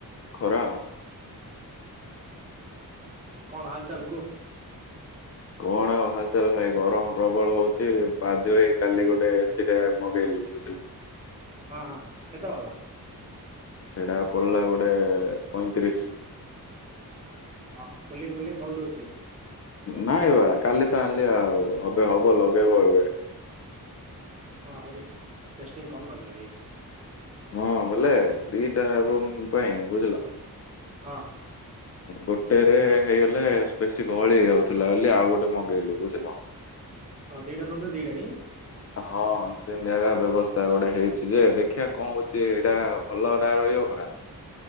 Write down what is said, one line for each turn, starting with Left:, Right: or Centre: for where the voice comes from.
Left: ଖରା ଆଉ।
Right: କଣ ହାଲ୍ ଚାଲ୍ କୁହ?
Left: କଣ ଆଉ ହାଲ ଚାଲ ଭାଇ ଗରମ ପ୍ରବଳ ହଉଛି ବାଧ୍ୟ ହେଇ କାଲି ଗୋଟେ ଏ ସିି ଟେ ମଗେଇଲି ବୁଝିଲ।
Right: ହଁ ହଁ କେତେ ପଡ଼ିଲା?
Left: ସେଇଟା ପଡିଲା ଗୋଟେ ପଇଁତିରିଶ
Right: ଓଁ କୁଲିଙ୍ଗ ଫୁଲିଙ୍ଗ ଭଲ ଦଉଛି।
Left: ନାଇଁ ବା କାଲି ତ ଆଣିଲି ଆଉ ଏବେ ହବ ଲଗେଇବ ଏବେ।
Right: ହଁରେ ଟେଷ୍ଟିଂ କରିନ। <unintelligible>
Left: ହଁ ବୋଲେ ଦିଟା ରୁମ୍ ପାଇଁ ବୁଝିଲ।
Right: ହଁ।
Left: ଗୋଟେରେ ହେଇଗଲେ ବେଶୀ ଗହଳି ହେଇଯାଉଥିଲା ବୋଲି ଆଉ ଗୋଟେ ମଗେଇଲୁ ବୁଝିଲ।
Right: ହଁ ଦିଟା ରୁମ ରେ ଦିଟା ହିଁ।
Left: ହଁ ସେ ନିଆ ବ୍ୟବସ୍ଥା ଗୋଟେ ହେଇଛି ଯେ ଦେଖିବା କଣ ହଉଛି ଏଇଟା ଭଲ ଟା ରହିବ ପରା।